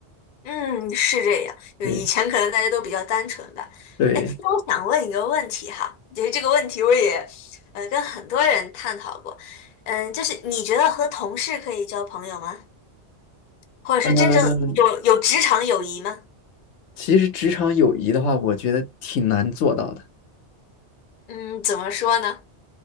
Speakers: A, on the left (about 55°); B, on the left (about 80°).
A: 嗯，是这样。就以前可能大家都比较单纯吧。
B: 对对，
A: 哎，那我想问一个问题哈，就是这个问题我也呃跟很多人探讨过。嗯，就是你觉得和同事可以交朋友吗？或者是真正有有职场友谊吗？
B: 嗯，其实职场友谊的话，我觉得挺难做到的。
A: 嗯，怎么说呢？